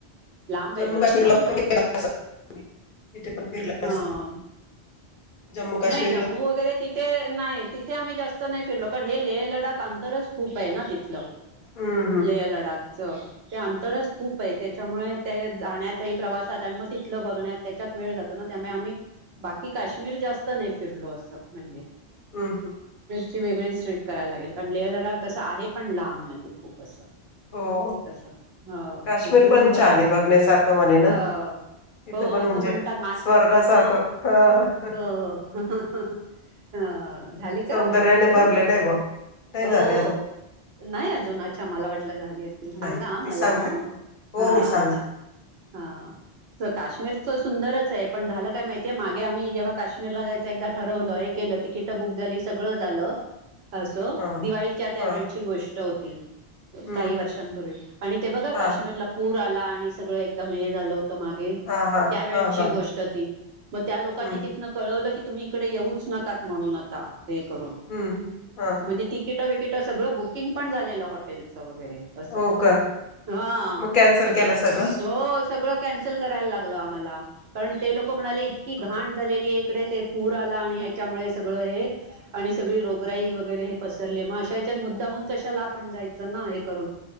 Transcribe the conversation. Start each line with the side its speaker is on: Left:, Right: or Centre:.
Right: लांब
Left: जम्मू
Right: आहे बरच
Left: काश्मीरला
Right: लांब
Left: पण
Right: आहे
Left: गेला असाल तिथे पण फिरला
Right: ह
Left: असाल जम्मू काश्मीरला
Right: नाही जम्मू वगैरे तिथे नाही तिथे आम्ही जास्त नाही फिरलो कारण हे लेह लडाख अंतरच खूप आहेना तिथलं
Left: हम्म हम्म
Right: लेह लडाख च ते अंतरच खूप आहे त्याच्यामुळे ते जाण्यात आहे प्रवासात आणि मग तिथलं बघण्यात त्याच्यात वेळ जातो ना त्यामुळे आम्ही बाकी काश्मीर जास्त नाही फिरलो असं म्हणजे
Left: हम् हम्म
Right: ची वेगळीच ट्रीप करायला लागेल कारण लेह लडाख तस आहे पण लांब म्हणजे खूप असं.
Left: हो
Right: तस ह
Left: काश्मीर
Right: उतरून
Left: पण
Right: बराच
Left: छान आहे बघण्यासारखं म्हणे ना
Right: हा..
Left: तिथं
Right: हो
Left: पण
Right: असं
Left: म्हणजे
Right: म्हणतात माग
Left: स्वर्गासारखं
Right: हो
Left: हा
Right: हो. अ झाली
Left: सौंदर्याने
Right: का करू
Left: भरलेलं आहे बघ नाही
Right: हो.
Left: झाले अजून
Right: नाही अजून अच्छा मला वाटलं झाली असतील सांगा
Left: नाही
Right: मला
Left: मी सांगते
Right: मग
Left: तुम्हाला
Right: हा
Left: हो मी सांगते
Right: हा.. हा काश्मीर तर सुंदरच आहे पण झालं काय माहितीय मागे आम्ही जेव्हा काश्मीरला जाय.. च एकदा ठरवलं हे केलं तिकिट बुक झाली सगळं झालं. असो
Left: हां
Right: दिवाळीच्या त्या
Left: हां
Right: वेळची गोष्ट होती.
Left: हं
Right: काही वर्षांपूर्वी आणि ते बघा
Left: हां
Right: काश्मीरला पूर आला आणि सगळं एकदम हे झालं होत होत मागे
Left: हां हां
Right: त्या वेळी
Left: हां
Right: ची
Left: हां
Right: गोष्ट ती मग त्या लोकांनी
Left: हं
Right: तीतन कळवल की तुम्ही इकडेच येऊच नकात म्हणून आत्ता हे करून
Left: हं हां
Right: म्हणजे तिकीट विकट सगळं बुकिंग पण झालेलं हॉटेलच वगैरे.. अस
Left: हो
Right: हा
Left: का कॅन्सल
Right: मग
Left: केलं
Right: त्या
Left: सगळं
Right: हो सगळं कॅन्सल करायला लागलं आम्हाला कारण ते लोक म्हणाले इतकी घाण
Left: हं हं
Right: झालेली आहे इकडे. पूर आला आणि ह्याच्यामुळे सगळं हे आणि सगळी रोगराई वगैरे हे पसरले मग अशा ह्यात मुद्दाम. कशाला आपण जायचं ना हे करून..